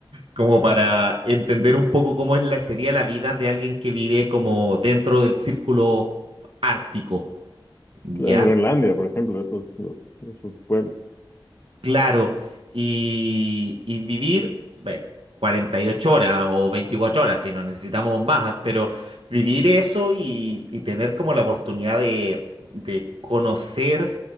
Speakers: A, on the right; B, on the left.
A: como para entender un poco cómo es la, sería la vida de alguien que vive como dentro del círculo ártico. ¿ya?
B: Claro, En Groenlandia, por ejemplo, esos, los- esos pueblos.
A: Claro, y, y vivir ve, 48 horas o 24 horas, si no necesitamos más, pero vivir eso y, y tener como la oportunidad de, de conocer